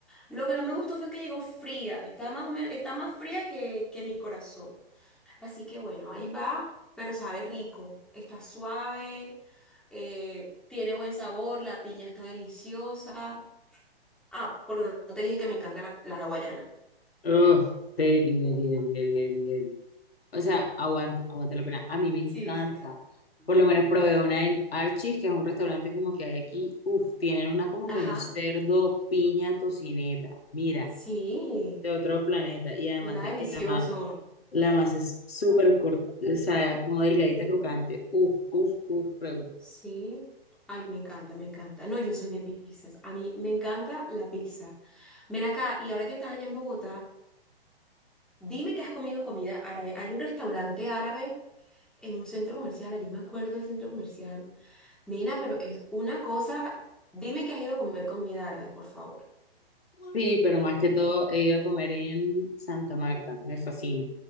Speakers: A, in the centre; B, on the left.
A: Lo que no me gustó fue que llegó fría, está más o menos, está más fría que, que mi corazón. Así que bueno, ahí va, pero sabe rico, está suave, eh, tiene buen sabor, la piña está deliciosa. Ah, porque no no te dije que me encanta la, la hawaiana.
B: Ugh, deli, deli, deli, deli, deli, deli. O sea, aguanta, aguanta la pena. A mí me encanta.
A: Sí, sí, sí. Ujú.
B: Por lo menos probé una en Archie's, que es un restaurante como que hay aquí. Uf, tienen una como
A: Ajá,
B: con cerdo, piña, tocineta. Mira,
A: sí.
B: de otro planeta. Y además
A: Suena
B: de
A: delicioso.
B: que la más, la masa es súper corta, o sea, como delgadita, crocante. Uf, uf, uf, re
A: Sí. Ay, me encanta, me encanta. No, yo soy de pizzas. A mí me encanta la pizza. Ven acá, y ahora que estás allá en Bogotá, dime que has comido comida árabe. Hay un restaurante árabe en un centro comercial. Ayer me acuerdo del centro comercial. Nina, pero es una cosa. Dime que has ido a comer comida árabe, por favor.
B: Sí, pero más que todo he ido a comer en Santa Marta, me fascina.